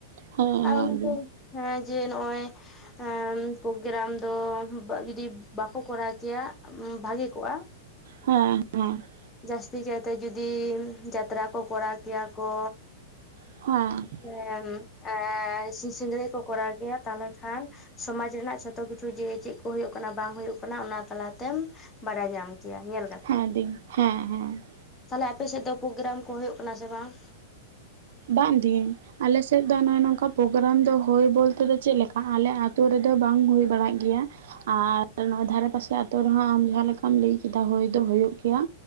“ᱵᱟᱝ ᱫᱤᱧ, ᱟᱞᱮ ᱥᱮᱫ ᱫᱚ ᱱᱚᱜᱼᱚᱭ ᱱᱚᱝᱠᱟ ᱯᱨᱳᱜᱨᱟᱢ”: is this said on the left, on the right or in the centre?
Right